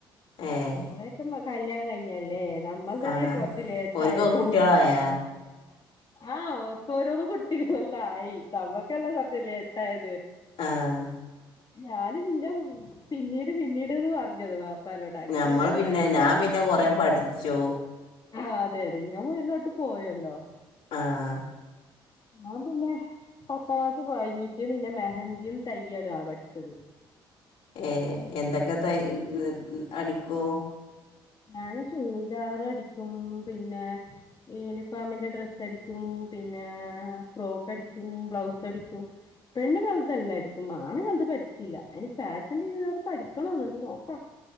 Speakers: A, on the left; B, on the left.
A: ഏഹ്
B: അങ്ങനെയൊക്കെ കല്യാണം കഴിഞ്ഞല്ല, നമ്മുടെതല്ലേ
A: ആഹ്
B: കൊറച്ച് ലേറ്റായിത്.
A: ഓര്ക്കൊക്കെ കുട്ട്യാളായാ
B: ആഹ് ഓരെക്ക് ഓരോന്നോ കുട്ടികളെ. ആയി നമുക്കല്ലേ കൊറച്ച് ലേറ്റ് ആയത്.
A: ആഹ്
B: ഞാന് പിന്നെ പിന്നീട് പിന്നീടുന്ന് പറഞ്ഞത്. വാപ്പാനോട് അങ്ങനെ
A: നമ്മൾ
B: ലേട്ടായത്
A: പിന്നെ ഞാൻ പിന്നെ കൊറെ പഠിച്ചു.
B: ആഹ് അതെ അതെ ഞാൻ മുന്നോട്ട് പോയല്ലോ.
A: ആഹ്
B: അപ്പം പിന്നെ പത്താം ക്ലാസ് കൊഴഞ്ഞിട്ടും പിന്നെ മെഹന്തിയും തയ്യലോ ആഹ് പഠിച്ചത്.
A: ഏഹ് എന്തൊക്കെ തയ്യ ഏഹ് അടിക്കും.
B: ഞാന് ചൂരിദാറ് അടിക്കും പിന്നെ. യൂണിഫോമിന്റെ ഡ്രസ്സ് അടിക്കും, പിന്നെ ഫ്രോക്ക് അടിക്കും ബ്ലൗസ് അടിക്കും. പെണ്ണുങ്ങളുടെ എല്ലാം അടിക്കും, ആണുക്കളുടെ പറ്റില്ല, അയിന് ഫാഷൻ ചുരിദാർ. പഠിക്കണമൊന്ന് ഉണ്ട്, നോക്കാം